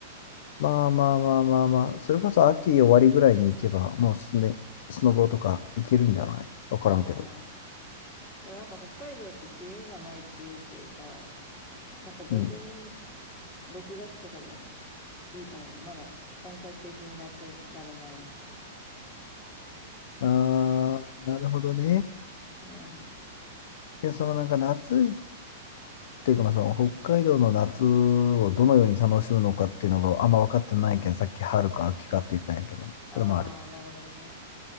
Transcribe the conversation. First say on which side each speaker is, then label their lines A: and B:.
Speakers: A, on the left; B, on the left.
A: まあまあまあまあまあ、それこそ秋終わりぐらいに行けば、もうすね、スノボとか行けるんじゃないわからんけど。
B: ああ。でもなんか北海道って梅雨がないっていうけさ、なんか逆に
A: うん。
B: 6月とかでもいいかもね。まだ本格的に夏なる前みたいな。
A: ああ、なるほどね。
B: うん。
A: いや、そのなんか夏いっていうか、まあ、その北海道の夏をどのように楽しむのかっていうのがあんま分かってないけどさっき春か秋かって言ったんやけどね。
B: ああ、
A: それもある。
B: なるほどね。